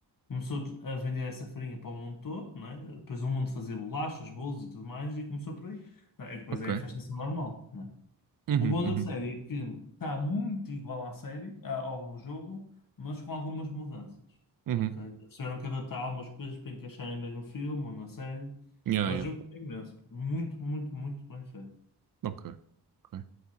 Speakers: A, on the left (about 55°); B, on the right (about 55°).
A: Começou a vender essa farinha para o mundo todo, não é? Depois o mundo fazia bolachas, bolos e tudo mais, e começou por aí. Não, e depois
B: ok.
A: é a infestação normal, não é?
B: Uhum,
A: O bom
B: uhum,
A: da série é que está muito igual à série, a- ao jogo, mas com algumas mudanças,
B: uhum.
A: ok? Eles tiveram que adaptar algumas coisas para encaixarem mesmo no filme ou na série,
B: Yeah,
A: mas
B: yeah.
A: eu gostei imenso. Muito, muito, muito bem feito.
B: Ok, ok.